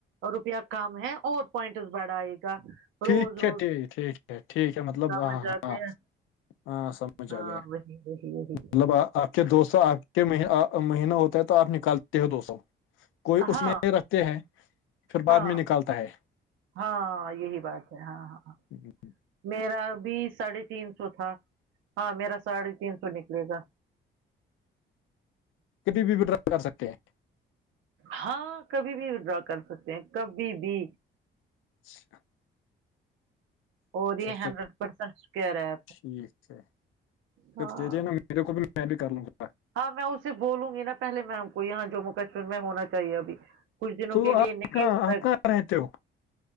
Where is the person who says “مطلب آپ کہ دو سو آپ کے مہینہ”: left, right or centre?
Left